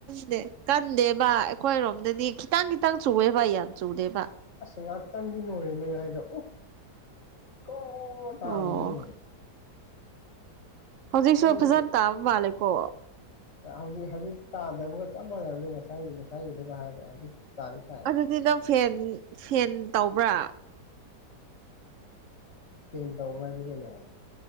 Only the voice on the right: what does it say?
ꯅꯦ ꯀꯟꯗꯦꯕ ꯑꯩꯈꯣꯏꯔꯣꯝꯗꯗꯤ ꯈꯤꯇꯪ ꯈꯤꯇꯪ ꯆꯨꯑꯦꯕ ꯌꯥꯝ ꯆꯨꯗꯦꯕ
ꯑꯣ ꯍꯧꯖꯤꯛꯁꯨ
ꯐꯖꯅ ꯇꯥꯕ ꯃꯥꯜꯂꯦꯀꯣ
ꯑꯗꯨꯗꯤ ꯅꯪ ꯐꯦꯟ ꯐꯦꯟ ꯇꯧꯕ꯭ꯔꯥ